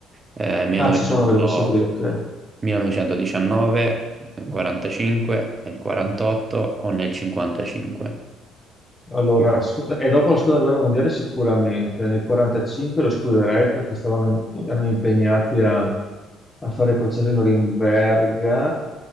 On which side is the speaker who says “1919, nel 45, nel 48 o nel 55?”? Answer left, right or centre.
Right